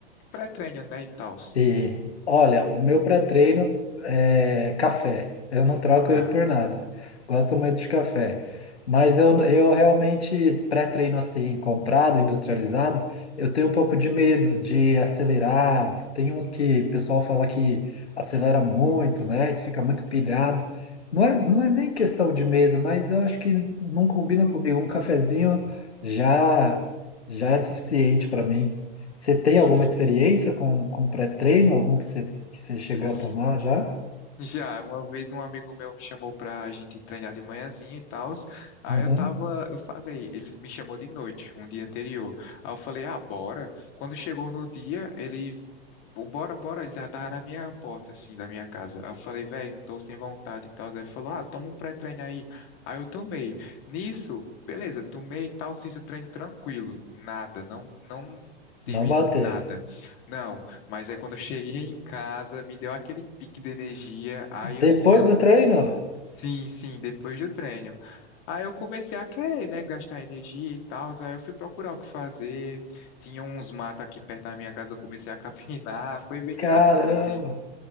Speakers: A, on the left; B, on the left.
A: pré-treino, né, e tal.
B: E, olha, o meu pré-treino é café. Eu não troco ele
A: Ah,
B: por nada. Gosto muito de café. Mas eu, eu realmente, pré-treino assim, comprado, industrializado, eu tenho um pouco de medo de acelerar. Tem uns que o pessoal fala que acelera muito, né? Isso fica muito pilhado. Não é, não é nem questão de medo, mas eu acho que não combina comigo. Um cafezinho já, já é suficiente para mim. Você tem
A: tem
B: alguma
A: <laughs>
B: experiência com, com pré-treino? Algum que você, que você chegou
A: sim.
B: a tomar já?
A: Já, uma vez um amigo meu me chamou pra gente treinar de manhãzinha e tal. Aí
B: Uhum.
A: eu tava, eu falei, ele me chamou de noite, um dia anterior. Aí eu falei, ah, bora. Quando chegou no dia, ele Pô, bora, bora. Ele já tava na minha porta, assim, da minha casa. Aí eu falei, velho, tô sem vontade e tal. Aí ele falou, ah, toma um pré-treino aí. Aí eu tomei. Nisso, beleza, tomei e tal, fiz o treino tranquilo. Nada, não, não
B: Não
A: tive
B: bateu.
A: nada. Não, mas aí quando eu <laughs> cheguei em casa, me deu aquele pique de energia. Aí eu
B: Depois
A: tinha um,
B: do treino?
A: Sim, sim, depois do treino. Aí eu comecei a querer, né, gastar energia e tal. Aí eu fui procurar o que fazer. Tinha uns matos aqui perto da minha casa, eu comecei a capinar. <laughs> Foi bem engraçado,
B: Caramba.
A: assim.